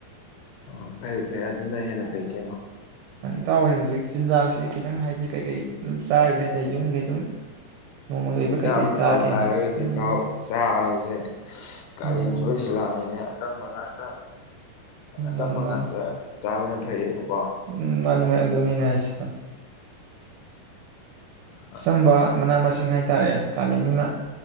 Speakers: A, on the left (about 80°); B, on the right (about 85°).
A: ꯑ ꯐꯩ ꯐꯩ ꯑꯗꯨꯅ ꯍꯦꯟꯅ ꯐꯩ ꯀꯩꯅꯣ
B: ꯑꯇꯥꯎ ꯍꯣꯏ ꯍꯧꯖꯤꯛ ꯆꯤꯟꯖꯥꯛꯁꯤ ꯈꯤꯇꯪ ꯍꯥꯏꯗꯤ ꯀꯩꯀꯩ ꯆꯥꯔꯤꯒꯦ ꯍꯥꯏꯇꯥꯔꯦ ꯌꯨꯝꯒꯤ ꯑꯗꯨꯝ ꯅꯣꯡꯃꯒꯤ ꯑꯣꯏꯕ ꯀꯩꯀꯩ
A: ꯌꯥꯝ
B: ꯆꯥꯒꯦ
A: ꯐꯕ
B: ꯍꯥꯏꯕ
A: ꯍꯥꯏꯔꯒꯗꯤ
B: ꯎꯝ
A: ꯏꯇꯥꯎ ꯆꯥꯕꯁꯦ ꯀꯥꯂꯦꯟꯁꯨ
B: ꯎꯝ
A: ꯑꯣꯏꯁꯤꯜꯂꯥꯛꯑꯕꯅꯤꯅ ꯑꯆꯝꯕ ꯉꯥꯛꯇ ꯑꯆꯝꯕ
B: ꯃꯥꯅꯤ
A: ꯉꯥꯛꯇ
B: ꯃꯥꯅꯤ
A: ꯆꯥꯕꯅ ꯐꯩꯌꯦꯕ
B: ꯎꯝ ꯃꯥꯟꯅꯤ ꯃꯥꯟꯅꯤ ꯑꯗꯨꯅꯤ ꯑꯩꯅ ꯍꯥꯏꯁꯦ ꯏꯇꯥꯎ
A: ꯑꯥ
B: ꯑꯆꯝꯕ ꯃꯅꯥ ꯃꯁꯤꯡ ꯁꯤꯡ ꯍꯥꯏꯇꯥꯔꯦ ꯀꯥꯂꯦꯟꯅꯤꯅ